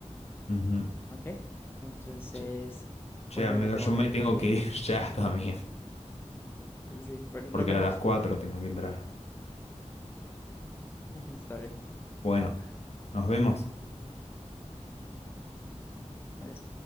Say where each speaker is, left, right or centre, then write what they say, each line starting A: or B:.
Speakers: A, on the left; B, on the left.
A: ujú.
B: Ok. Entonces,
A: Che, che,
B: bueno,
A: amigo,
B: yo me tengo
A: yo
B: que
A: me
B: ir
A: tengo
B: también.
A: que ir <laughs> ya también,
B: Sí, bueno,
A: porque
B: nos vemos.
A: a las 4 tengo que entrar.
B: <laughs> Está bien.
A: Bueno,
B: Chao.
A: nos vemos.
B: Adiós.